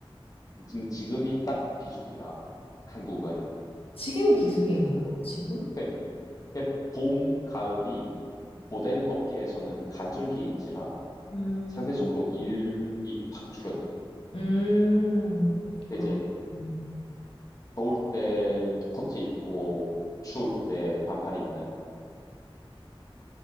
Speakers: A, on the left (about 40°); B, on the left (about 80°).
A: 지금 지금이 딱 비수기라 한국은.
B: 지금이 비수기인가요?
A: 네.
B: 지금?
A: 그- 그봄 가을이 모델 업계에서는 간절기인지라
B: 음,
A: 상대적으로 일이 확 줄어들어.
B: 음,
A: 그
B: 그렇군요.
A: 이제 더울 때 코트 입고 추울 때 반팔 입는.